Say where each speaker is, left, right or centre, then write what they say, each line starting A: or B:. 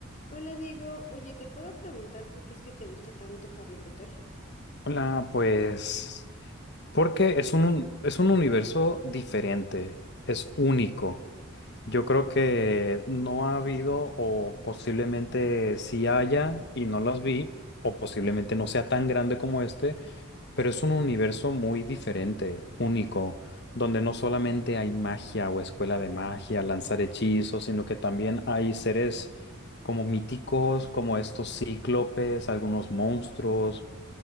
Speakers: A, on the left; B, on the left.
A: Hola Diego, oye, ¿te puedo preguntar por qué es que te gusta tanto Harry Potter?
B: Hola, pues porque es un, un- es un universo diferente, es único. Yo creo que no ha habido o posiblemente sí haya y no los vi o posiblemente no sea tan grande como este, pero es un universo muy diferente, único, donde no solamente hay magia o escuela de magia, lanzar hechizos, sino que también hay seres como míticos, como estos cíclopes, algunos monstruos